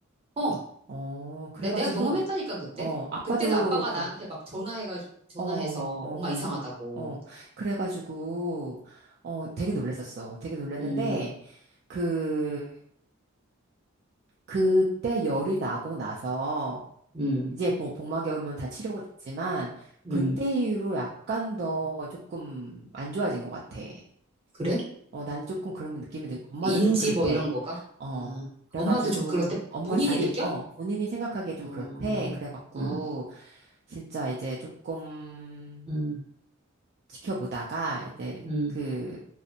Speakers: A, on the right; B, on the right.
A: 어,
B: 어, 그래가지고
A: 내, 내가 경험했다니까, 그때.
B: 어, 아빠도
A: 그때도 아빠가
B: 그래.
A: 나한테 막 전화해가 전화해서
B: 어,
A: 엄마
B: 어,
A: 이상하다고.
B: 어. 그래가지고, 어, 되게 놀랬었어. 되게 놀랬는데,
A: 음,
B: 그, 그때 열이 나고 나서,
A: 음,
B: 이제 뭐 복막염은 다 치료가 됐지만, 그때
A: 음.
B: 이후로 약간 더 조금 안 좋아진 것 같아.
A: 그래?
B: 어, 나는 조금 그런 느낌이 들고, 엄마도
A: 인지
B: 좀 그렇대.
A: 뭐 이런 거가? 어.
B: 어. 그래가지고,
A: 엄마도 좀 그렇대.
B: 엄마
A: 본인이
B: 자기,
A: 느껴?
B: 어, 본인이 생각하기에 좀
A: 어,
B: 그렇대. 그래갖고,
A: 어,
B: 진짜 이제 조금,
A: 음,
B: 지켜보다가 이제
A: 음,
B: 그